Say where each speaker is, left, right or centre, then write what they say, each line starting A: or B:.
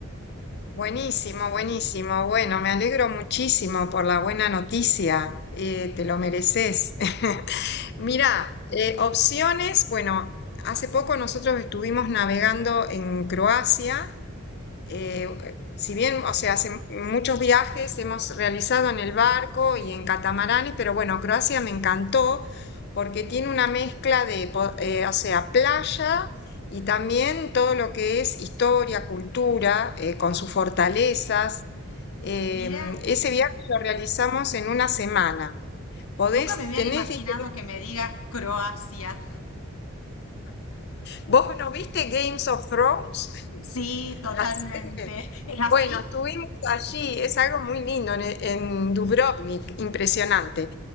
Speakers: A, on the left; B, on the left.
A: buenísimo, buenísimo. Bueno, me alegro muchísimo por la buena noticia. eh, te lo mereces. <laughs> Mira, eh, opciones. Bueno, hace poco nosotros estuvimos navegando en Croacia eh, ok, si bien, o sea, hace muchos viajes hemos realizado en el barco y en catamaranes, pero bueno, Croacia me encantó porque tiene una mezcla de, po- eh, o sea, playa y también todo lo que es historia, cultura, eh, con sus fortalezas. Em,
B: Mira,
A: ese viaje lo realizamos en una semana. Podés,
B: nunca me hubiera
A: tenés,
B: imaginado
A: dije,
B: que me digas Croacia.
A: ¿vos no viste Games of Thrones?
B: Sí, totalmente.
A: La serie.
B: ¿Es así?
A: Bueno, estuvimos allí, es algo muy lindo en, e, en Dubrovnik, impresionante.